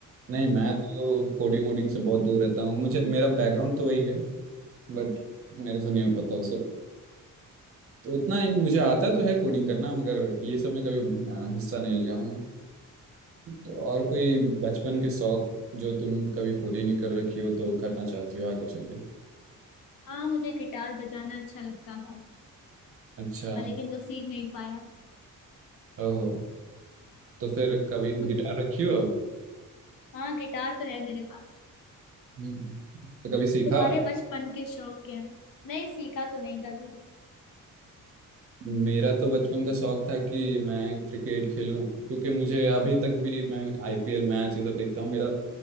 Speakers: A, on the right (about 45°); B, on the left (about 75°).
A: नहीं मैं
B: हम्म।
A: तो कोडिंग वोडिंग से बहुत दूर रहता हूँ मुझे मेरा बैकग्राउंड तो वही है बट मेरे से नहीं हो पाता उसे तो उतना नहीं मुझे आता तो है कोडिंग करना मगर ये सब में कभी अ, हिस्सा नहीं लिया हूँ तो और कोई बचपन के शौक जो तुम कभी पूरी नहीं कर रखी हो तो करना चाहती हो आगे चल के
B: हाँ मुझे गिटार बजाना अच्छा लगता था
A: अच्छा
B: पर लेकिन वो सीख नहीं पाया
A: ओहो तो फिर कभी
B: तो
A: गिटार रखी हो अब
B: हाँ गिटार तो है मेरे पास
A: हम्म। तो कभी सीखा
B: तुम्हारे बचपन के शौक क्या हैं नहीं सीखा तो नहीं कभी
A: मेरा तो बचपन का शौक था कि मैं क्रिकेट खेलूं क्योंकि मुझे अभी तक भी मैं आईपीएल मैच ये सब देखता हूँ मेरा